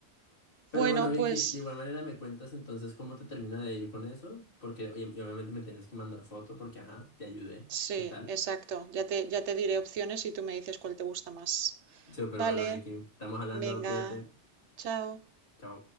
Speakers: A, on the left; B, on the right.
A: <laughs> Pero
B: Bueno,
A: bueno, Vicky,
B: pues
A: de igual manera me cuentas entonces cómo te termina de ir con eso, porque oye, y obviamente me tienes que mandar foto porque, ajá, te ayudé.
B: sí,
A: ¿Qué tal?
B: exacto. Ya te, ya te diré opciones y tú me dices cuál te gusta más.
A: Súper
B: Vale,
A: bueno, Vicky. Estamos hablando,
B: venga,
A: cuídate.
B: chao.
A: Chao.